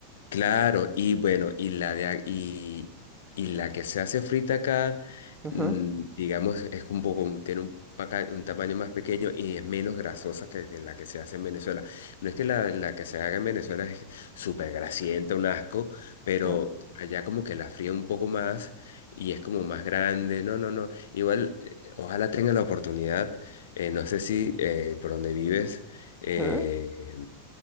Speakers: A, on the left; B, on the right.
A: Claro, y bueno, y la de, a- y, y la que se hace frita acá,
B: Ujú,
A: mm, digamos, es un poco, tiene un, paca- un tamaño más pequeño y es menos grasosa que, que la que se hace en Venezuela. No es que la, la que se haga en Venezuela es súper grasienta, un asco, pero
B: no,
A: allá como que la fría un poco más y es como más grande. No, no, no. Igual, eh, ojalá tenga la oportunidad, eh, no sé si eh, por donde vives. eh,
B: ujú.